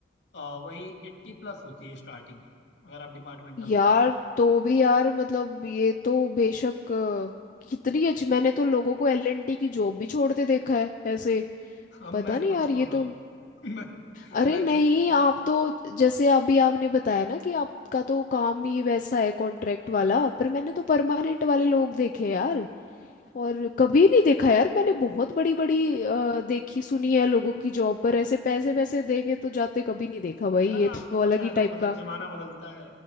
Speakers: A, on the left; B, on the left.
A: अ, वही एट्टी प्लस होती है स्टार्टिंग अगर आप डिपार्टमेंटल
B: यार
A: हो तो
B: तो भी यार मतलब ये तो बेशक अ, कितनी अच्छी मैंने तो लोगों को एलएनटी की जॉब भी छोड़ते देखा है ऐसे
A: अब
B: पता
A: मैं
B: नहीं
A: खुद
B: यार
A: छोड़
B: ये
A: रहा
B: तो
A: हूँ <laughs> मैं
B: अरे
A: मैं
B: नहीं
A: कुछ
B: आप तो जैसे अभी आपने बताया ना कि आपका तो काम ही वैसा है कॉन्ट्रैक्ट वाला पर मैंने तो परमानेंट वाले लोग देखे यार और कभी नहीं देखा यार मैंने बहुत बड़ी बड़ी अ, देखी सुनी है लोगों की जॉब पर ऐसे पैसे वैसे दे के तो जाते कभी नहीं देखा भाई
A: यार
B: ये
A: आपको
B: तो
A: पता
B: अलग ही
A: है ना
B: टाइप
A: मतलब
B: का
A: जमाना बदलता है